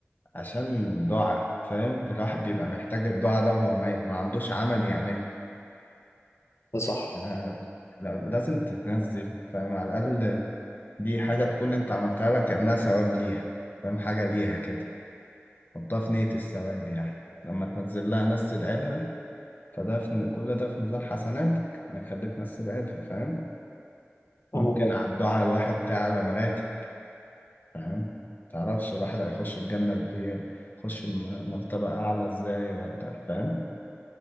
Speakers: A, on the left (about 45°); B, on the left (about 80°).
A: عشان دعاء فاهم الواحد بيبقى محتاج الدعاء ده وهو ميت ما عندوش عمل يعمله
B: ده صح
A: آه، لا- لازم تتنزل فاهم على الأقل دي حاجة تكون أنت عملتها لك كأنها ثواب ليها فاهم حاجة ليها كده حطها في نية الثواب يعني لما تنزل لها ناس تدعي لها فده في كل ده في ميزان حسناتك إنك خليت ناس تدعي لها فاهم ممكن
B: انا عارف
A: على الدعاء الواحد تعلى مراتب فاهم متعرفش الواحد هيخش الجنة بإيه يخش الم- مرتبة أعلى إزاي ولا فاهم